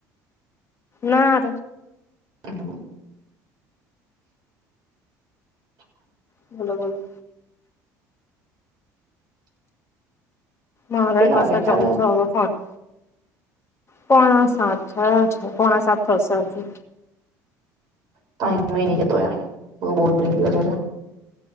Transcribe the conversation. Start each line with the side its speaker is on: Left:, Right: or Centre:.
Left: ના
Right: હ <inaudible>
Left: બોલો બોલો મહારાએ
Right: કેટલા
Left: કસે
Right: વાગે અત્યારે
Left: જવું છે હવે ફરવા પોણા સાત થયા છે પોણા સાત થશે હજુ
Right: ટાઈમે નથી જતો યાર બહુ બોરીંગ <inaudible>